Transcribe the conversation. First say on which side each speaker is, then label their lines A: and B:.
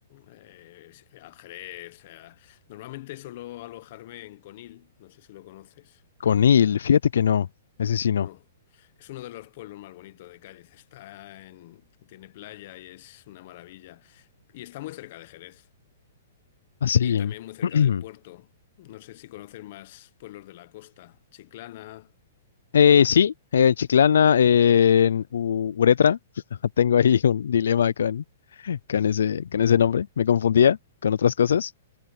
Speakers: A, on the left; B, on the left.
A: eh, a Jerez. a- Normalmente suelo alojarme en Conil, no sé si lo conoces.
B: Conil, fíjate que no, ese sí no.
A: No, es uno de los pueblos más bonitos de Cádiz. Está en, tiene playa y es una maravilla. Y está muy cerca de Jerez
B: Así.
A: y también muy cerca
B: <clears throat>
A: del puerto. No sé si conocer más pueblos de la costa. Chiclana,
B: Eh, sí, en Chiclana, en U- Uretra, <laughs> tengo ahí un dilema con, con ese, con ese nombre. Me confundía con otras cosas.